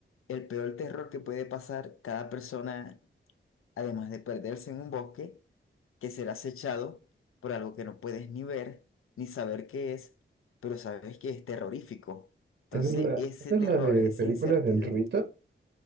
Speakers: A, on the left; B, on the right.
A: el peor terror que puede pasar cada persona, además de perderse en un bosque, que será acechado por algo que no puedes ni ver, ni saber qué es, pero sabes que es terrorífico. Entonces,
B: es la,
A: ese
B: esa
A: terror,
B: es la de
A: esa
B: película
A: incertidumbre,
B: del Rito.